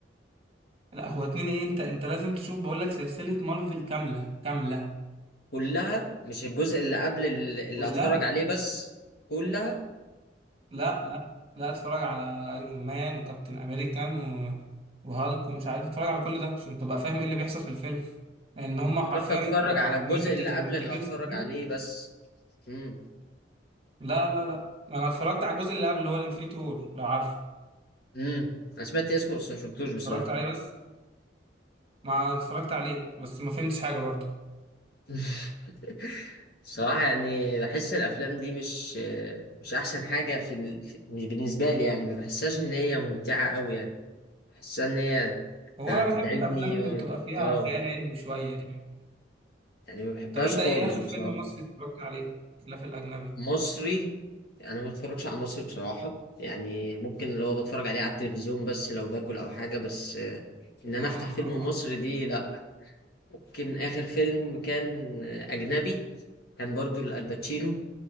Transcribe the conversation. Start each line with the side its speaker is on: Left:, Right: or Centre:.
Right: لا هو اتنين ايه انت انت لازم تشوف بقول لك سلسله مارفل كامله كامله
Left: كلها مش الجزء اللي قبل ال- اللي
Right: كلها
Left: هتفرج عليه بس كلها
Right: لا لا لا اتفرج على ايرون مان وكابتن امريكان و... وهالك ومش عارف اتفرج على كل ده عشان تبقى فاهم ايه اللي بيحصل في الفيلم لان هم
Left: انا افتكرت
Right: حرفيا
Left: اتفرج على
Right: عاملين
Left: الجزء
Right: حته
Left: اللي
Right: المالتي
Left: قبل اللي
Right: فيرس
Left: هتفرج
Right: دي
Left: عليه بس امم
Right: لا لا لا انا اتفرجت على الجزء اللي قبل اللي هو الانفينيتي وور لو عارفه
Left: امم انا سمعت اسمه بس ما شفتوش بصراحه
Right: اتفرجت عليه بس ما اتفرجت عليه بس ما فهمتش حاجه برضه
Left: <laughs> صراحه يعني بحس الافلام دي مش مش احسن حاجه في, ال... في مش بالنسبه لي يعني ما بحسهاش ان هي ممتعه قوي يعني بحسها ان هي
Right: هو
Left: ت- هتتعبني
Right: انا بحب الافلام اللي
Left: و...
Right: بتبقى فيها
Left: اه
Right: خيال علمي شويه دي
Left: يعني ما بحبهاش
Right: طب انت
Left: خالص
Right: ايه اخر فيلم
Left: بصراحه
Right: مصري اتفرجت عليه خلاف الاجنبي
Left: مصري انا ما بتفرجش على مصري بصراحه يعني ممكن اللي هو بتفرج عليه على التلفزيون بس لو باكل او حاجه بس آه، ان انا
Right: <laughs>
Left: افتح فيلم مصري دي لا ممكن آخر فيلم كان أجنبي كان برضو الباتشينو